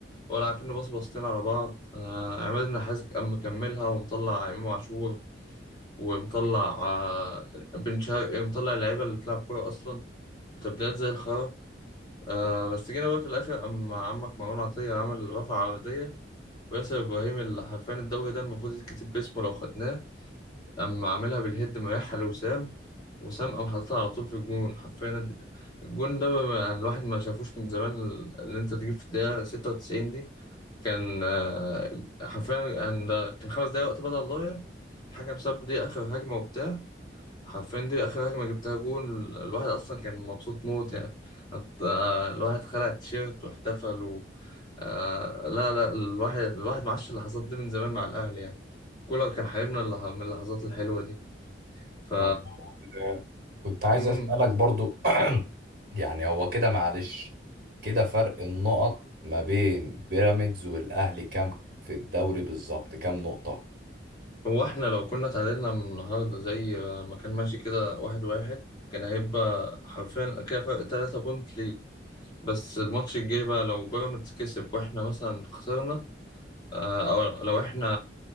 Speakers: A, on the left; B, on the right.
A: ولا عارفين نبص بصتين على بعض آه عماد النحاس قام مكملها ومطلع إمام عاشور ومطلع آه بن شرقي ومطلع اللعيبة اللي بتلعب كورة أصلا وتبديلات زي الخرا آه بس جينا بقى في الآخر قام عمك مروان عطية عمل رفع عرضية وياسر إبراهيم اللي حرفيا الدوري ده المفروض يتكتب باسمه لو خدناه اما عاملها بالهيد مريحها لوسام وسام او حاططها على طول في الجون حرفيا الد- الجون ده ما- يعني الواحد ما شافوش من زمان اللي انت تجيب في الدقيقة 96 دي كان آه، حرفيا كان كان خمس دقايق وقت بدل ضايع الحكم ساب دي اخر هجمة وبتاع حرفيا دي اخر هجمة جبتها جون الواحد اصلا كان مبسوط موت يعني حط- آه، الواحد خلع التيشيرت واحتفل و... آه لا لا الواحد الواحد معاش اللحظات دي من زمان مع الاهلي يعني كولر كان حبيبنا اللح- من اللحظات الحلوة دي ف
B: طب آه، كنت عايز
A: مم.
B: أسألك برضو <clears throat> يعني هو كده معلش كده فرق النقط ما بين بيراميدز والأهلي كام في الدوري بالظبط كام نقطة
A: هو احنا لو كنا تعادلنا من النهارده زي ما كان ماشي كده واحد واحد كان هيبقى حرفيا كده فرق تلاتة بونت ليد بس الماتش الجاي بقى لو بيراميدز كسب واحنا مثلا خسرنا آه، او لو احنا